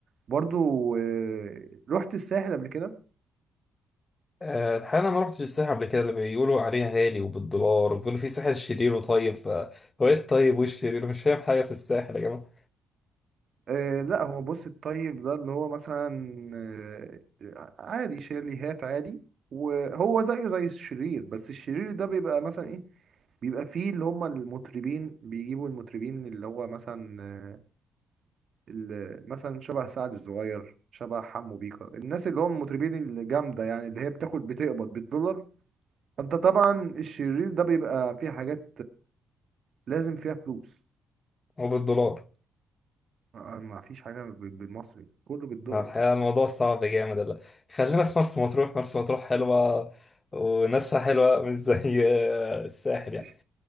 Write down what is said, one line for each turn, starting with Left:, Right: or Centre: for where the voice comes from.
Right: برضو آه، رحت الساحل قبل كده
Left: آه، الحقيقه انا ما رحتش الساحل قبل كده اللي بيقولوا عليها غالي وبالدولار وبيقولوا في ساحل شرير وطيب ف- هو ايه الطيب وايه الشرير أنا مش فاهم حاجه في الساحل يا جماعه
Right: آه، لا هو بص الطيب ده اللي هو مثلا آه، عادي شاليهات عادي وهو زيه زي الشرير بس الشرير ده بيبقى مثلا ايه بيبقى فيه اللي هم المطربين بيجيبوا المطربين اللي هو مثلا اللي مثلا شبه سعد الصغير شبه حمو بيكا الناس اللي هم المطربين الجامدة يعني اللي هي بتاخد بتقبض بالدولار فانت طبعا الشرير ده بيبقى فيه حاجات لازم فيها فلوس
Left: هو بالدولار
Right: آه، ما فيش حاجة بال- بالمصري كله بالدولار
Left: فالحقيقه الموضوع صعب جامد لا خلينا في مرسى مطروح مرسى مطروح حلوه وناسها حلوه مش زي آه، الساحل
Right: مفيش
Left: يعني